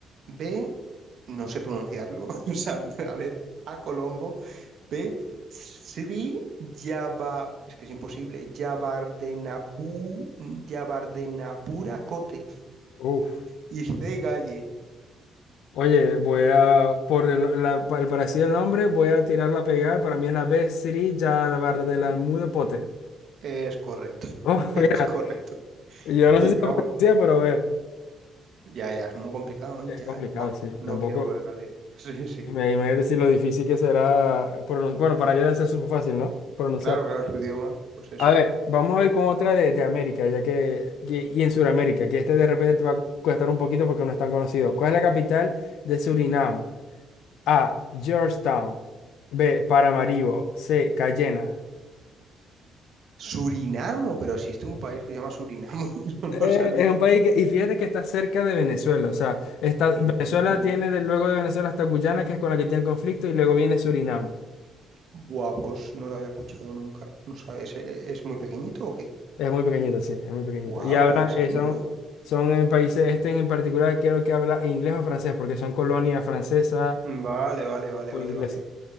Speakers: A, on the right (about 65°); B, on the left (about 75°).
A: B, no sé pronunciarlo, <laughs> o sea, a ver, A, Colombo, B, Sri Yaba, es que es imposible, Yabardenapu, Yabardenapura cote.
B: Uf.
A: y C, Galle.
B: Oye, voy a, por el, la- pa- el parecido del nombre, voy a tirarla a pegar. Para mí es la B3 Jarabar de
A: Eh,
B: la Mude Pote.
A: Es correcto,
B: Oh,
A: <laughs>
B: <laughs> mira,
A: es correcto.
B: yo no
A: Que,
B: sé si
A: que
B: la
A: vamos,
B: pronuncia, pero a ver.
A: ya, ya, es muy complicado, ¿eh?
B: Es
A: Ya,
B: complicado,
A: buah,
B: sí.
A: no
B: Tampoco.
A: quiero volver a leer. <laughs> Sí, sí.
B: Me imagino decir lo difícil que será. pronun- Bueno, para yo debe ser súper fácil, ¿no? Pronunciar.
A: Claro, claro, su idioma, pues eso.
B: A ver, vamos a ir con otra de, de América, ya que, que- y en Sudamérica, que este de repente te va a costar un poquito porque no es tan conocido. ¿Cuál es la capital de Surinam? A, Georgetown. B, Paramaribo. C, Cayena.
A: Surinamo, pero existe un país que se llama Surinamo, <laughs> yo no
B: Eh,
A: lo sabía.
B: es un país que, y fíjate que está cerca de Venezuela, o sea, está,
A: ¿En
B: Venezuela
A: serio?
B: tiene de, luego de Venezuela hasta Guyana, que es con la que tiene conflicto, y luego viene Surinam.
A: Buah, pues no lo había escuchado nunca. No sabes, ¿e- ¿es muy pequeñito o qué?
B: Es muy pequeñito, sí, es muy pequeñito.
A: Wow,
B: Y hablan,
A: ¿en serio?
B: eh, son, son en países, este en particular creo que habla inglés o francés, porque son colonias francesas
A: Vale, vale, vale,
B: o
A: vale,
B: inglesa.
A: vale.